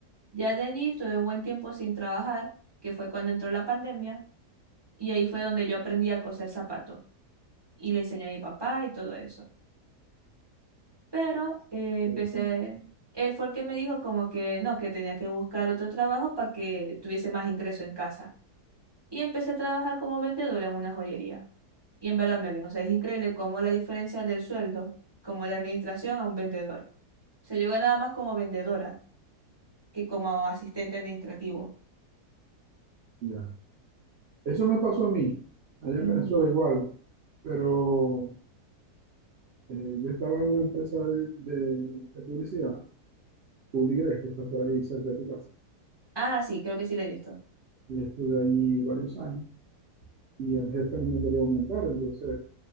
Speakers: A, on the right; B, on the right.
A: Ya de allí estuve un buen tiempo sin trabajar, que fue cuando entró la pandemia, y ahí fue donde yo aprendí a coser zapatos y le enseñé a mi papá y todo eso. Pero eh,
B: interesante.
A: empecé, él fue el que me dijo como que no, que tenía que buscar otro trabajo para que tuviese más ingreso en casa. y empecé a trabajar como vendedora en una joyería. Y en verdad me vino, o sea, es increíble cómo la diferencia del sueldo, como de administración a un vendedor. O sea, yo ganaba más como vendedora que como asistente administrativo.
B: Ya. Eso me pasó a mí, allá
A: Ujú.
B: en Venezuela igual, pero eh, yo estaba en una empresa de, de- de publicidad, Publigres, que está por ahí cerca de tu casa.
A: Ah, sí, creo que sí le he visto.
B: y estuve allí varios años y el jefe no me quería aumentar, entonces